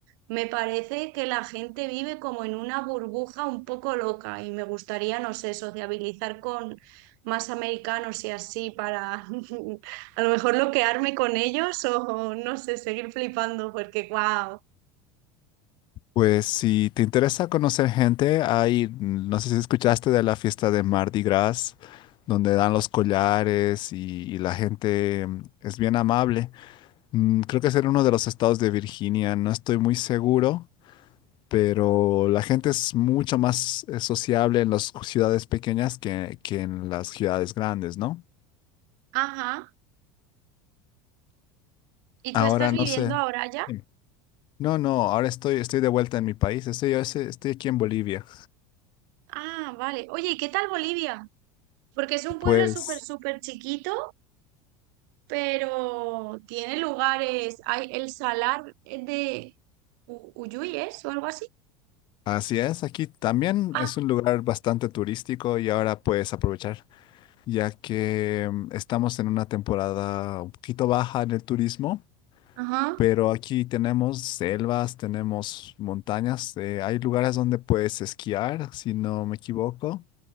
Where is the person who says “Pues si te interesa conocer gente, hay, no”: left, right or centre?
Left